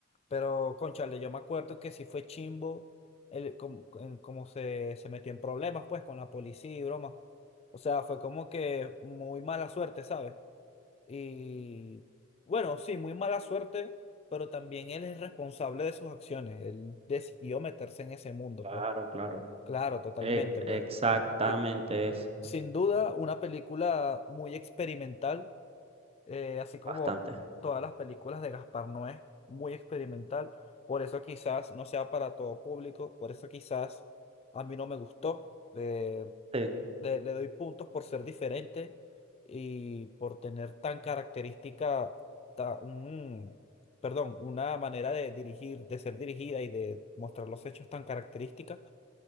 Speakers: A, on the left; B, on the right.
A: pero cónchale, yo me acuerdo que sí fue chimbo el, como, en- como se, se metió en problemas pues con la policía y broma. O sea, fue como que muy mala suerte, ¿sabes? Y bueno, sí, muy mala suerte, pero también él es responsable de sus acciones. Él decidió meterse en ese mundo,
B: Claro,
A: pues.
B: claro.
A: Claro, totalmente,
B: Ex-
A: pues.
B: exactamente
A: Sí.
B: eso.
A: Sin duda, una película muy experimental, eh, así como
B: Bastante.
A: todas las películas de Gaspar Noé, muy experimental. Por eso quizás no sea para todo público, por eso quizás a mí no me gustó. Eh,
B: Sí,
A: le, le doy puntos por ser diferente y por tener tan característica, ta- un, perdón, una manera de dirigir, de ser dirigida y de mostrar los hechos tan característica